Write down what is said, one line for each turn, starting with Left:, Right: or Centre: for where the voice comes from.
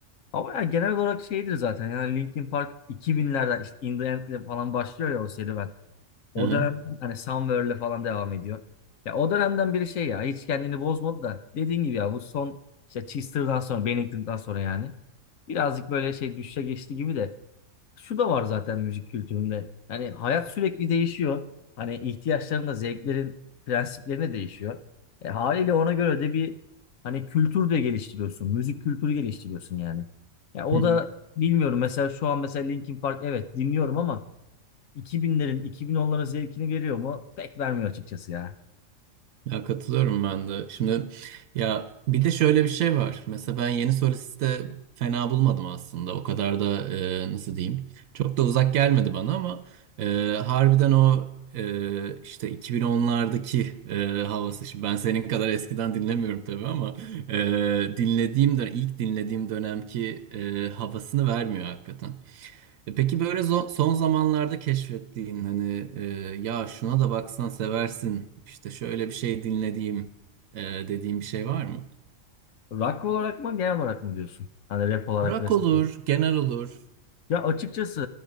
Left: Ama ya genel olarak şeydir zaten. Yani Linkin Park 2000'lerden işte In The End'le falan başlıyor ya o serüven. O
Right: Hı hı.
Left: dönemden hani Somewhere'le falan devam ediyor. Ya o dönemden biri şey ya hiç kendini bozmadı da dediğin gibi ya bu son işte Chester'dan sonra Bennington'dan sonra yani birazcık böyle şey düşüşe geçti gibi de şu da var zaten müzik kültüründe. Hani hayat sürekli değişiyor. Hani ihtiyaçların da zevklerin prensiplerine değişiyor. E, haliyle ona göre de bir hani kültür de geliştiriyorsun. Müzik kültürü geliştiriyorsun yani. Ya o
Right: Hı hı.
Left: da bilmiyorum mesela şu an mesela Linkin Park evet dinliyorum ama 2000'lerin 2010'ların zevkini veriyor mu? Pek vermiyor açıkçası ya.
Right: Ya katılıyorum ben de. Şimdi ya bir de şöyle bir şey var. Mesela ben yeni solisti de fena bulmadım aslında. O kadar da e, nasıl diyeyim? Çok da uzak gelmedi bana ama e, harbiden o e, işte 2010'lardaki e, havası. Şimdi ben senin kadar eskiden dinlemiyorum tabii ama e, dinlediğim dön- ilk dinlediğim dönemki e, havasını vermiyor hakikaten. E Peki böyle zo- son zamanlarda keşfettiğin hani e, ya şuna da baksan seversin işte şöyle bir şey dinlediğim e, dediğim bir şey var mı?
Left: Rock olarak mı genel olarak mı diyorsun? Hani rap olarak
Right: Rock
Left: vs.
Right: olur, genel olur.
Left: Ya açıkçası